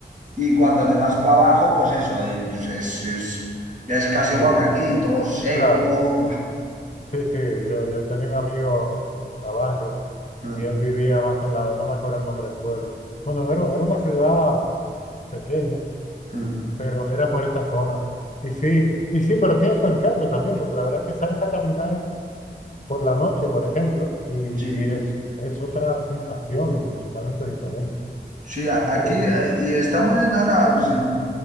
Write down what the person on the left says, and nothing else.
sí,
claro.
Sí, sí, yo, yo tenía un amigo eh, navarro
y él vivía más en la, no me acuerdo el nombre del pueblo. Bueno, no era, era una ciudad pequeña,
pero era por esa zona. Y sí, y sí, pero tiene su encanto también, porque la verdad es que sales a caminar por la noche, por ejemplo, y,
y es, es otra sensación totalmente diferente.
Es increíble.